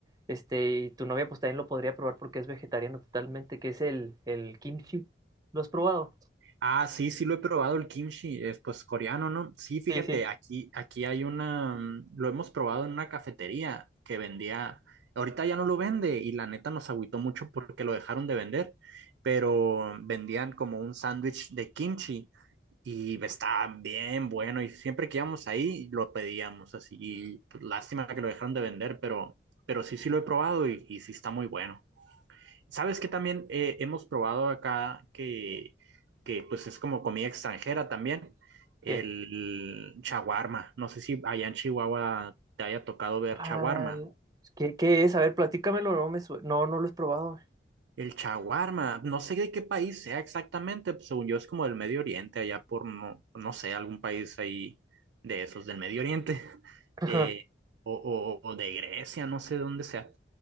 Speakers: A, on the right; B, on the right.
A: este, y tu novia pues también lo podría probar porque es vegetariano totalmente, que es el, el kimchi. ¿Lo has probado?
B: Ah, sí, sí lo he probado el kimchi, es pues coreano, ¿no? Sí, fíjate,
A: Sí, sí.
B: aquí, aquí hay una, mm, lo hemos probado en una cafetería que vendía, ahorita ya no lo vende y la neta nos agüitó mucho porque lo dejaron de vender, pero vendían como un sándwich de kimchi y estaba bien bueno y siempre que íbamos ahí lo pedíamos así, y pues, lástima que lo dejaron de vender, pero, pero sí, sí lo he probado y, y sí está muy bueno. Sabes que también eh, hemos probado acá que, que pues es como comida extranjera también, el
A: ¿Qué?
B: chaguarma. No sé si allá en Chihuahua te haya tocado ver
A: Al-
B: chaguarma.
A: ¿Qué, qué es? A ver, platícamelo, no me sue- No, no lo he probado.
B: El chaguarma, no sé de qué país sea exactamente, pues, según yo es como del Medio Oriente, allá por no, no sé, algún país ahí de esos del Medio Oriente, <laughs>
A: Ajá,
B: eh, o, o- o de Grecia, no sé de dónde sea,